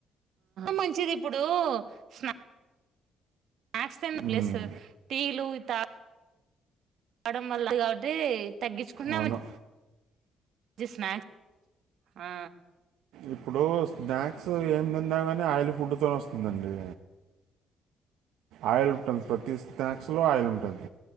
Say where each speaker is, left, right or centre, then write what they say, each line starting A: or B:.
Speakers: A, on the right; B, on the right.
A: మంచిది ఇప్పుడు స్నా స్నాక్స్ తిన ప్లసు
B: మ్మ్,
A: టీలు త అడం వళ్ల్లది కాబట్టి తగ్గిచుకున్నామండ్
B: అవును
A: జెస్ స్నాక్ ఆ
B: ఇప్పుడు స్నాద్ సో ఏం తిన్నా గానీ ఆయిల్ ఫుడ్తోన్ వస్త్ ఉందండి ఆయిల్ <unintelligible> స్లో ఆయిల్ ఉంటద్